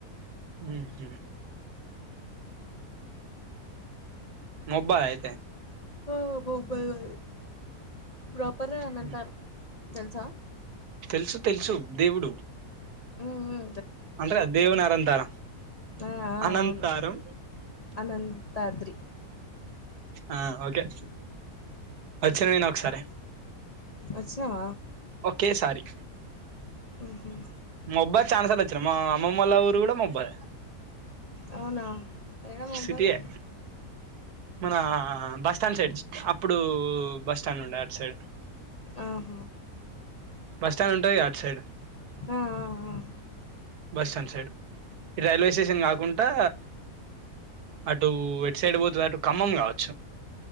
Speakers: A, on the right; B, on the left.
A: ఊ హ్మ్ నోబ్బా అయితే
B: <unintelligible> ప్రాపర్ ఏ అని
A: హ్మ్.
B: అంటారు తెలుసా
A: తెలుసు తెలుసు దేవుడు
B: ఊ హు
A: అంట్ర దేవనార అంతార
B: ఆ
A: అనంతరం
B: అవును అనంతాద్రి
A: ఆ ఓకే వచ్చాను నేను ఒకసారి
B: వచ్చినవ
A: ఓకే సారీ
B: ఉహు
A: నోబ్బా చానా సార్లు వచ్చిన మా అమ్మమ ల ఊరు కూడా నోబ్బా
B: అవునా ఎడ నోబ్బా
A: సిటీయే
B: లో
A: మన బస్ స్టాండ్ సైడ్ అప్పుడు బస్ స్టాండ్ ఉండే అటు సైడ్
B: ఆహ
A: బస్ స్టాండ్ ఉంటది గా అటు సైడ్
B: ఆ ఆ ఆ
A: బస్ స్టాడ్ సైడ్ ఇటు రైల్వే స్టేషన్ కాకుంటా అటు ఏట్ సైడ్ పోతుంది అటు ఖమ్మం కావచ్చు